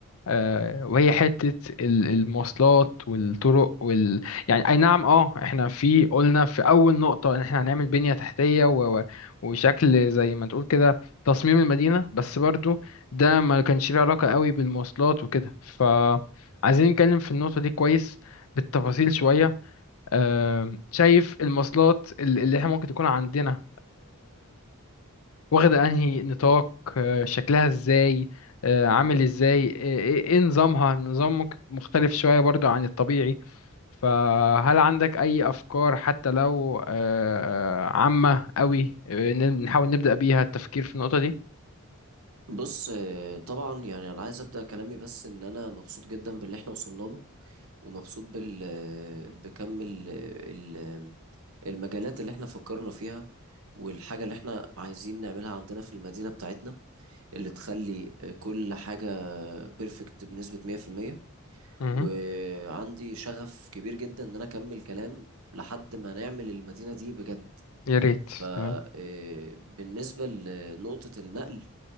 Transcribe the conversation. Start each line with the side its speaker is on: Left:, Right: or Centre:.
Left: آه، وهي حتة ال- المواصلات والطرق وال... يعني أي نعم أه إحنا في قلنا في أول نقطة إن إحنا هنعمل بنية تحتية و... و- وشكل زي ما تقول كده تصميم المدينة بس برضو ده ما كانش ليه علاقة قوي بالمواصلات وكده فعايزين نتكلم في النقطة دي كويس بالتفاصيل شوية آم، شايف المواصلات ال- اللي إحنا ممكن تكون عندنا واخدة انهي نطاق آه، شكلها ازاي آه، عامل ازاي آه، ايه إيه نظامها النظام مك- مختلف شوية برضو عن الطبيعي فهل عندك اي افكار حتى لو آه، آه، عامة قوي آه، ن- نحاول نبدأ بيها التفكير في النقطة دي
Right: بص آه، طبعا يعني انا عايز ابدا كلامي بس ان انا مبسوط جدا باللي احنا وصلنا له ومبسوط بال آه، بكم ال... ال- المجالات اللي احنا فكرنا فيها والحاجه اللي احنا عايزين نعملها عندنا في المدينه بتاعتنا اللي تخلي آه، كل حاجه بيرفكت بنسبه 100%
Left: مهم.
Right: وعندي شغف كبير جدا ان انا اكمل كلام لحد ما نعمل المدينه دي بجد
Left: يا ريت
Right: فبالنسبه
Left: تمام
Right: لنقطه النقل